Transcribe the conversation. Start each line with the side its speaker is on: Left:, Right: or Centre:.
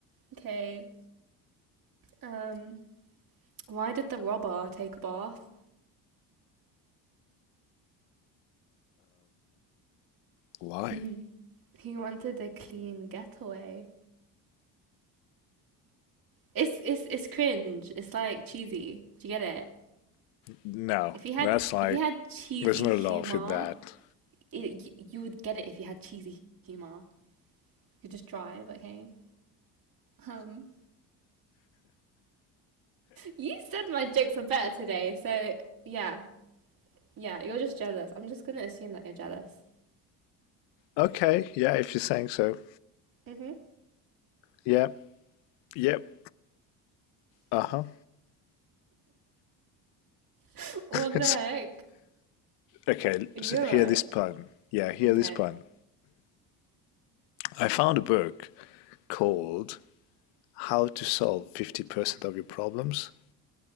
Right: okay. Um, why did the robber take a bath?
Left: Why?
Right: <laughs> he wanted a clean getaway. It's it's it's cringe. It's like cheesy. Do you get it?
Left: No,
Right: If you had
Left: that's like,
Right: if you had cheesy
Left: there's no
Right: humor,
Left: love in that.
Right: it, y- you would get it if you had cheesy humor. You just drive, okay? Um, you said my jokes are better today, so yeah, yeah. You're just jealous. I'm just gonna assume that you're jealous.
Left: Okay, yeah, if you're saying so.
Right: hmm
Left: Yep, yep, uh huh.
Right: <laughs> What
Left: <laughs>
Right: the heck?
Left: okay,
Right: You're
Left: so hear
Right: right.
Left: this pun. Yeah, hear
Right: Okay.
Left: this pun. I found a book called How to Solve 50% of Your Problems.